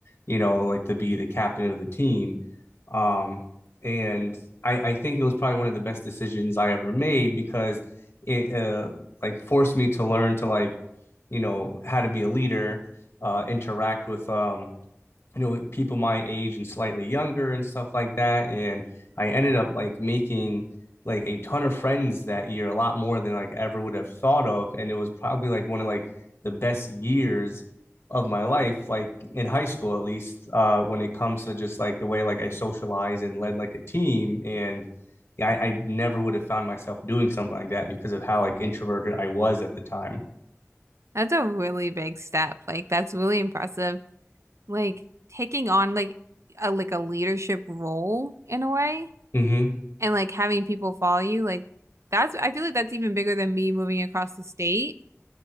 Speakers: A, on the left; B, on the right.
A: you know, like to be the captain of the team. Um, and I, I think it was probably one of the best decisions I ever made because it uh, like forced me to learn to like you know how to be a leader, uh, interact with um you know people my age and slightly younger and stuff like that and I ended up like making like a ton of friends that year a lot more than like I ever would have thought of and it was probably like one of like the best years of my life like in high school at least uh when it comes to just like the way like I socialize and led like a team and yeah, I, I never would have found myself doing something like that because of how like introverted I was at the time.
B: That's a really big step. Like that's really impressive. Like taking on like a like a leadership role in a way
A: hmm
B: and like having people follow you, like that's I feel like that's even bigger than me moving across the state.